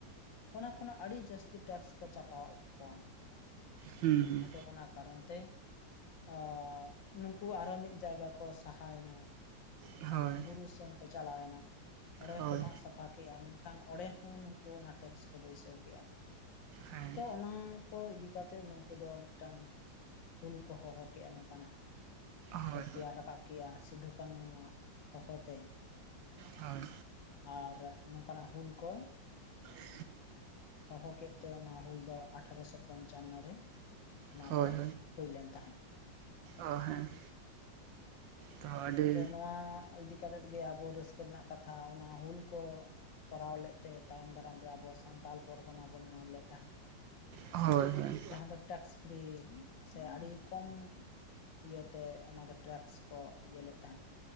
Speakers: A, on the left; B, on the right.
A: ᱚᱱᱟ ᱠᱷᱚᱱᱟᱜ ᱟᱹᱰᱤ ᱡᱟᱹᱥᱛᱤ ᱴᱮᱠᱥ ᱠᱚ ᱪᱟᱯᱟᱣᱟᱜ ᱠᱚᱣᱟ᱾
B: ᱦᱩᱸ
A: ᱟᱫᱚ ᱚᱱᱟ ᱠᱟᱨᱚᱱ ᱛᱮ ᱟ ᱱᱩᱝᱠᱩ ᱟᱨᱦᱚ ᱢᱤᱫ ᱡᱟᱭᱜᱟ ᱠᱚ ᱥᱟᱦᱟᱭᱱᱟ᱾
B: ᱦᱳᱭ
A: ᱮᱸ ᱵᱩᱨᱩ ᱥᱮᱱ ᱠᱚ ᱪᱟᱞᱟᱣᱮᱱᱟ ᱚᱸᱰᱮ
B: ᱦᱳᱭ
A: ᱦᱚᱸᱠᱚ ᱢᱟᱜ ᱥᱟᱯᱷᱟ ᱠᱮᱭᱟ ᱢᱮᱱᱠᱷᱟᱱ ᱚᱸᱰᱮ ᱦᱚᱸ ᱱᱩᱝᱠᱩ ᱚᱱᱟ ᱴᱮᱠᱥ ᱠᱚ ᱵᱟᱹᱭᱥᱟᱹᱣ ᱠᱮᱜᱼᱟ᱾
B: ᱦᱮᱸ
A: ᱛᱚ ᱚᱱᱟ ᱠᱚ ᱤᱫᱤ ᱠᱟᱛᱮᱜ ᱱᱩᱝᱠᱩ ᱫᱚ ᱢᱤᱫᱴᱟᱝ ᱦᱩᱞ ᱠᱚ ᱦᱚᱦᱚ ᱠᱮᱜᱼᱟ ᱱᱚᱝᱠᱟᱱᱟᱜ
B: ᱦᱳᱭ
A: ᱠᱚ
B: ᱦᱳᱭ
A: ᱛᱮᱭᱟᱨ ᱨᱟᱠᱟᱵ ᱠᱮᱜᱼᱟ ᱥᱤᱫᱩ ᱠᱟᱹᱱᱦᱩ ᱣᱟᱜ ᱦᱚᱦᱚ ᱛᱮ
B: ᱦᱳᱭ
A: ᱟᱨ ᱱᱚᱝᱠᱟᱱᱟᱜ ᱦᱩᱞ ᱠᱚ
B: ᱦᱩᱸ
A: ᱚ ᱦᱚᱦᱚ ᱠᱮᱫ ᱛᱮ ᱚᱱᱟ ᱦᱩᱞ ᱫᱚ ᱟᱴᱷᱨᱚᱥᱚ ᱯᱚᱧᱪᱟᱱᱱᱚ ᱨᱮ᱾ ᱚᱱᱟ
B: ᱦᱳᱭ
A: ᱫᱚ
B: ᱦᱳᱭ
A: ᱦᱩᱭ ᱞᱮᱱ ᱛᱟᱦᱮᱸᱜ
B: ᱚ ᱦᱮᱸ ᱛᱚ ᱟᱹᱰᱤ
A: ᱡᱮ ᱱᱚᱣᱟ ᱤᱫᱤ ᱠᱟᱛᱮᱫ ᱜᱮ ᱟᱵᱚ ᱨᱟᱹᱥᱠᱟᱹ ᱨᱮᱱᱟᱜ ᱠᱟᱛᱷᱟ ᱚᱱᱟ ᱦᱩᱞ ᱠᱚ ᱠᱚᱨᱟᱣ ᱞᱮᱫ ᱛᱮ ᱛᱟᱭᱚᱢ ᱫᱟᱨᱟᱢ ᱨᱮ ᱟᱵᱚ ᱥᱟᱱᱛᱟᱞ ᱯᱚᱨᱜᱚᱱᱟ ᱵᱚᱱ ᱧᱟᱢ ᱞᱮᱫ ᱛᱟᱦᱮᱸᱫ᱾
B: ᱦᱳᱭ ᱦᱳᱭ
A: ᱡᱟᱦᱟᱸ ᱫᱚ ᱴᱮᱠᱥ ᱯᱷᱨᱤ ᱥᱮ ᱟᱹᱰᱤ ᱠᱚᱢ ᱤᱭᱟᱹᱛᱮ ᱚᱱᱟ ᱫᱚ ᱴᱨᱟᱠᱥ ᱠᱚ ᱤᱭᱟᱹ ᱞᱮᱫ ᱛᱟᱦᱮᱸᱫ